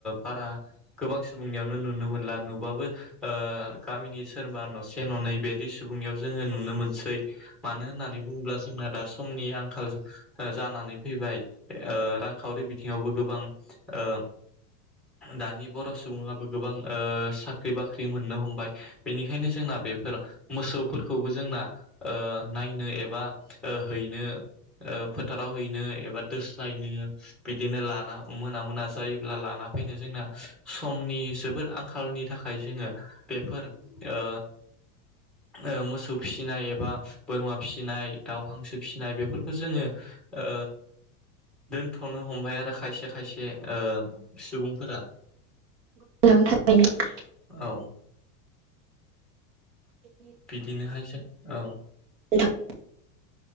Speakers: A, in the centre; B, on the right (about 70°).
A: बारा गोबां सुबुंनियावनो नुनो मोनला नुबाबो ओ गामिनि सोरबा न'से ननै बेदि सुबुंनियाव जोङो नुनो मोनसै मानो होननानै बुङोब्ला जोंना दा समनि आंखाल जानानै फैबाय ओ रांखावरि बिथिं ङायावबो गोबां ओ दानि बर' सुबुङाबो गोबां ओ सा ख्रि बाख्रि मोननो हमबाय बेनिखायनो जोंना बेफोर मोसौफोरखौबो जोंना ओ नायनो एबा ओ हैनो ओ फोथाराव हैनो एबा दोस्लायनो बिदिनो लाना मोना मोना जायोब्ला लाना फैनो जोंना समनि जोबोद आंखालनि थाखाय जोङो बेफोर ओ ओ मोसौ फिसिनाय एबा बोरमा फिसिनाय दाउ हांसो फिसिनाय बेफोरखौ जोङो ओ दोनथ'नो हमबाय आरो खायसे खायसे ओ सुबुंफोरा
B: नोंथां थारैनो
A: औ बिदिनोहाय जो औ
B: नोंथां